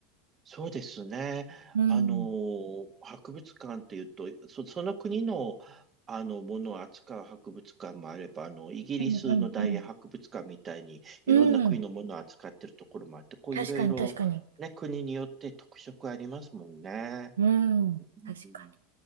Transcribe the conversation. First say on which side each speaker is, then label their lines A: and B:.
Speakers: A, on the right; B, on the right.
A: そうですね。
B: うん。
A: あのー、博物館っていうと、そ、その国の、あの、ものを扱う博物館もあれば、あの、イギリスの大英博物館みたいに、
B: うんうんうん。
A: いろんな国のものを扱ってるところもあって、
B: うん。
A: こう、
B: 確かに確かに。
A: いろいろ、ね、国によって特色ありますもんね。
B: うん。
A: うん
B: 確かに。